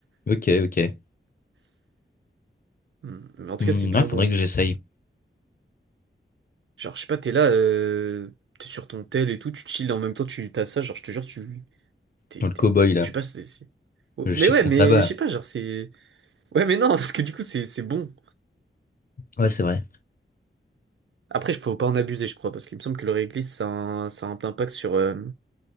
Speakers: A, on the left; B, on the right.
A: Ok, ok.
B: Hmm, Mais en tout
A: Hmm,
B: cas, c'est bien
A: ouais, faudrait
B: bon.
A: que j'essaye.
B: Genre, je sais pas, t'es là, euh, t'es sur ton tel et tout, tu chill, en même temps, tu t'as ça, genre, je te jure, tu, t'es,
A: Dans
B: t'es,
A: le cow-boy, là.
B: je sais pas, c'est, c'est- Oh,
A: Le
B: mais
A: chic
B: ouais,
A: mon
B: mais
A: tabac.
B: je sais pas, genre, c'est, ouais, mais non, <laughs> parce que du coup, c'est, c'est bon.
A: Ouais, c'est vrai.
B: Après, il faut pas en abuser, je crois, parce qu'il me semble que le réglisse, ça a un, ça a un impact sur euh,